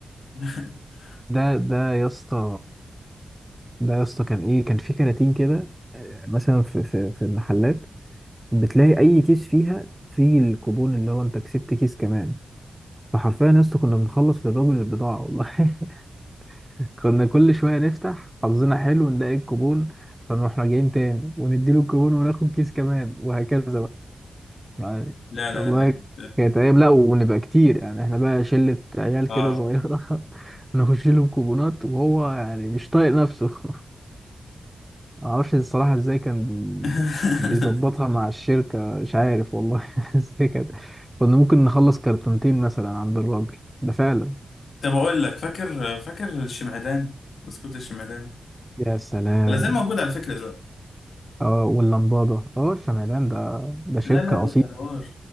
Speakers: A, on the left (about 70°); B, in the centre.
A: <laughs>
B: <laughs> ده ده يا اسطى ده يا اسطى كان ايه كان في كراتين كده آه، مثلا في في في المحلات بتلاقي اي كيس فيها فيه الكوبون اللي هو انت كسبت كيس كمان فحرفيا يا اسطى كنا بنخلص للراجل البضاعه والله <laughs> كنا كل شويه نفتح حظنا حلو نلاقي الكوبون فنروح راجعين تاني ونديله الكوبون وناخد كيس كمان وهكذا بقى يعني
A: لا لا
B: والله
A: لا ده كانت
B: كانت ايام لا ونبقى كتير يعني احنا بقى شله عيال
A: اه
B: كده صغيره <laughs> نخش له بكوبونات وهو يعني مش طايق نفسه <laughs> معرفش الصراحة ازاي كان
A: <laughs>
B: بيظبطها مع الشركة مش عارف والله <laughs> ازاي كده كنا ممكن نخلص كرتونتين مثلا عند الراجل ده فعلا
A: طب اقول لك فاكر فاكر الشمعدان بسكوت الشمعدان ده
B: يا سلام
A: لازال موجود على فكرة دلوقتي
B: اه واللمبادة اه شمعدان ده ده شركة
A: لا لا ده
B: أصيلة
A: ده حوار